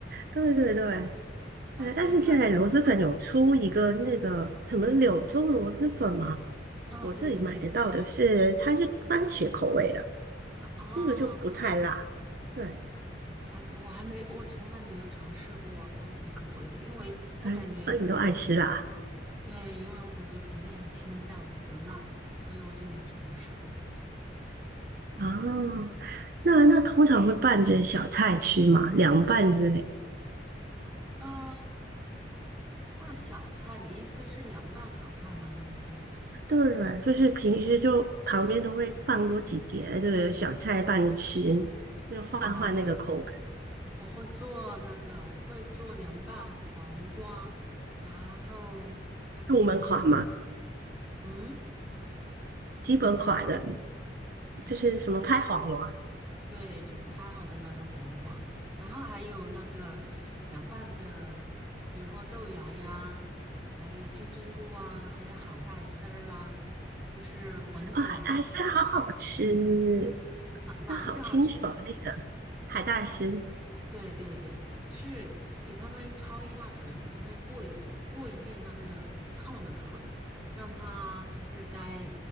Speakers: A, on the right; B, in the centre.
A: 对对对，
B: 好奇怪的。
A: 呃，但是现在螺蛳粉有出一个那个什么柳州螺蛳粉吗？
B: 嗯，
A: 我这里买得到的是，
B: 对对对，
A: 它是番茄口味的，
B: 啊，
A: 那个就不太辣。
B: 番
A: 对，
B: 啊番茄，我还没，我从来没有尝试过番茄口味的，因为我感觉，
A: 番茄，而你都爱吃辣
B: 对，因为我感觉肯定很清淡不辣，所以我就没尝试过。
A: 哦。那那通常会拌着小菜吃嘛，凉拌之类。
B: 呃，拌小菜，你意思是凉拌小菜吗？一些
A: 对对，就是平时就旁边都会放多几碟这个小菜拌着吃，就换换那个口感。
B: 啊，我会做那个，我会做凉拌黄瓜，然后还可以，
A: 入门款嘛，
B: 嗯，
A: 基本款的，就是什么拍黄瓜
B: 对，就是拍好的那种黄瓜，然后还有那个凉拌的，比如说豆芽呀，还有金针菇啊，还有海带丝儿啊，就是混起来，
A: 啊，海带丝好好吃，
B: 哪哪一个好吃？
A: 那好清爽那个海带丝，
B: 嗯。对对对，就是给他们焯一下水，给他们过一过一遍那个烫的水，让它就是该，